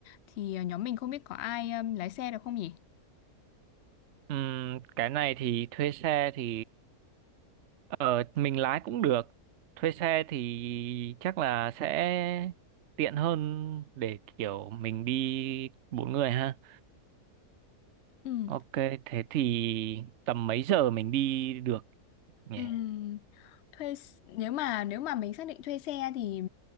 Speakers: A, on the left; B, on the right.
A: thì ờ, nhóm mình không biết có ai ờm, lái xe được không nhỉ
B: Ừm, cái này thì thuê xe thì ờ, mình lái cũng được. Thuê xe thì chắc là sẽ tiện hơn để kiểu mình đi bốn người ha.
A: Ừ.
B: Ok, thế thì tầm mấy giờ mình đi được nhỉ?
A: Ừm, thuê s- nếu mà nếu mà mình xác định thuê xe thì